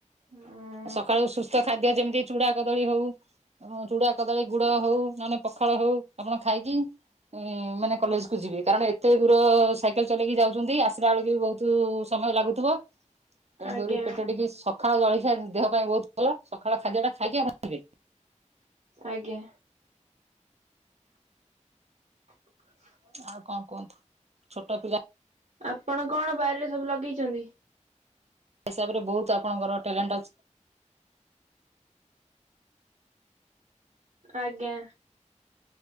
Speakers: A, on the right (about 75°); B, on the right (about 60°).
A: ହୁଁ
B: ସକାଳୁ ସୁସ୍ଥ ଖାଦ୍ୟ ଯେମିତି ଚୁଡା କଦଳୀ ହଉ ହ ଚୁଡା କଦଳୀ ଗୁଡ ହଉ ନହେଲେ ପଖାଳ ହଉ ଆପଣ ଖାଇକି ମାନେ କଲେଜ କୁ ଯିବେ କାରଣ ଏତେ ଦୂର ସାଇକେଲ ଚଲେଇକି ଯାଉଛନ୍ତି ଆସିଲା ବେଳକୁ ବି ବହୁତ ତୁ ସମୟ ଲାଗୁଥିବ ତେଣୁକରି
A: ଆଜ୍ଞା
B: ପେଟ ଟିକେ ସକାଳ ଜଳଖିଆ ଦେହ ପାଇଁ ବହୁତ ଭଲ ସକାଳ ଖାଦ୍ୟ ଟା ଖାଇକି ଯିବେ
A: ଆଜ୍ଞା ହ
B: ଆଉ କଣ କୁହନ୍ତୁ ଛୋଟ ପିଲା
A: ଆପଣ କଣ ବାରିରେ ସବୁ ଲଗେଇଛନ୍ତି
B: ହିସାବରେ ବହୁତ ଆପଣଙ୍କର ଟ୍ୟାଲେଣ୍ଟ ଅଛି
A: ଆଜ୍ଞା